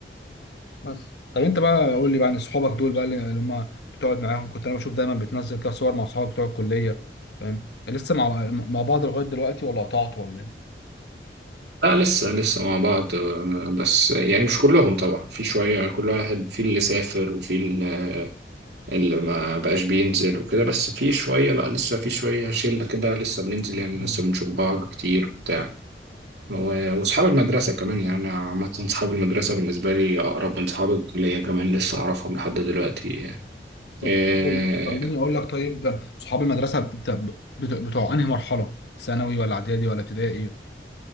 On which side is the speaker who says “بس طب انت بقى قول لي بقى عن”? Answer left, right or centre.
Left